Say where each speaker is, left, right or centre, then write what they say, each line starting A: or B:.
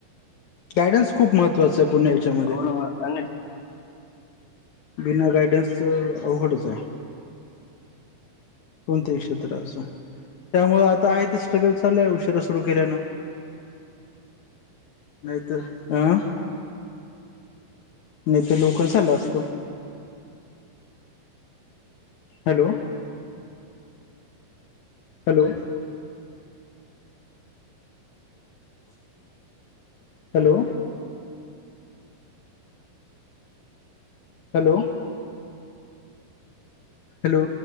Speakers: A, on the left (about 65°); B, on the left (about 35°).
A: गायडन्स खूप महत्त्वाच आहे पूर्ण याच्यामध्ये
B: हो ना आणि
A: बिना गायडन्सचं, अवघडच आहे कोणत्याही क्षेत्र असो त्यामुळे, आता आहे तर स्ट्रगल चाललंय उशिरा सुरू केल्यानं नाहीतर अं आणिथे लोकल चाला असतो hello, hello hello hello hello